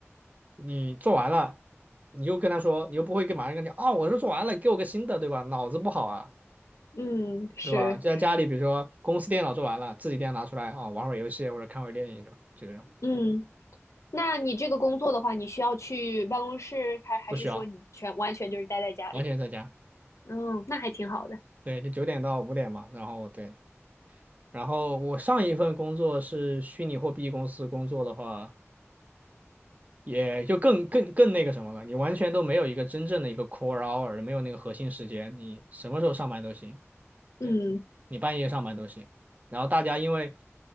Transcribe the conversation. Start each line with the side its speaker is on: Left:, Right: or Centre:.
Right: 你做完了，你又跟他说，你又不会跟马上跟他讲，哦，我是做完了，给我个新的，对吧？脑子不好啊，
Left: 嗯，是
Right: 对吧？就在家里，比如说公司电脑做完了，自己电脑拿出来啊，玩会儿游戏或者看会儿电影什么的，就这种
Left: 嗯。那你这个工作的话，你需要去办公室，还还是说你全完全就是待在家里？
Right: 不需要，完全在家。
Left: 嗯，那还挺好的。
Right: 对，就九点到五点嘛，然后对，然后我上一份工作是虚拟货币公司工作的话，也就更更更那个什么了，你完全都没有一个真正的一个 core hour，没有那个核心时间，你什么时候上班都行。
Left: 嗯
Right: 对，你半夜上班都行。然后大家因为